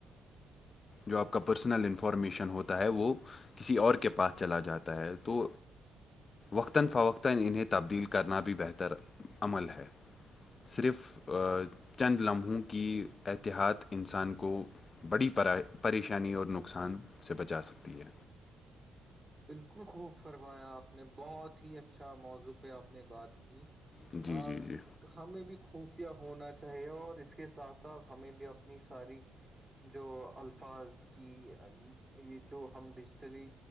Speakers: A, on the left (about 40°); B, on the right (about 20°).
A: جو آپ کا پرسنل انفارمیشن ہوتا ہے وہ کسی اور کے پاس چلا جاتا ہے تو وقتا فوقتا انہیں تبدیل کرنا بھی بہتر عمل ہے صرف آ چند لمحوں کی احتیاط انسان کو بڑی پریشانی اور نق نقصان سے بچا سکتی ہے
B: بالکل خوب فرمایا آپ نے بہت ہی اچھا موضوع پہ آپ نے بات کی
A: جی
B: ہ <unintelligible>
A: جی جی
B: ہمیں بھی خفیہ ہونا چاہیے اور اس کے ساتھ ساتھ ہمیں بھی اپنی ساری جو الفاظ کی یہ جو ہم ڈیجیٹلی